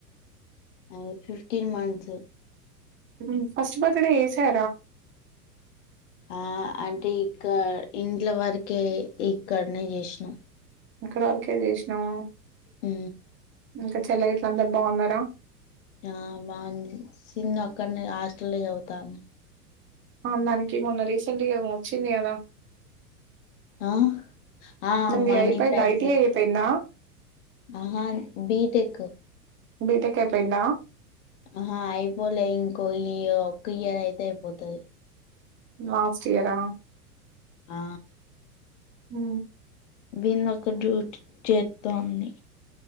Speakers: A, on the left (about 50°); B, on the right (about 25°).
A: అ ఫిఫ్టీన్ మంత్స్
B: మ్ ఫస్ట్ బర్త్డే చే
A: ఆ అంటే ఇక్క ఇంట్ల వరకే ఇక్కడనే చేసినాం
B: ఇక్కడ వరకే చేసినావ
A: మ్
B: ఇంకా చెల్ల గట్ల అందరు బాగున్నారా
A: ఆ బాగుంది సిందు అక్కడనే హాస్టల్ లొ చదువుతాంది
B: ఆవును దానికి మొన్న రీసెంట్గా ఏవో వచ్చింది కదా
A: ఆ ఆ
B: దానిది
A: మని
B: అయిపోయిందా
A: ప్రైజ
B: ఐటీ అయిపోయిందా
A: ఆహా బిటెక్
B: బీటెక్ అయిపోయింద
A: ఆహ అయిపోలే ఇంకో ఈ ఒక్క ఇయర్ అయితే అయిపోతది
B: లాస్ట్ ఇయరా
A: ఆ
B: మ్
A: విన్ ఒక డ్యూట్ చేతోంది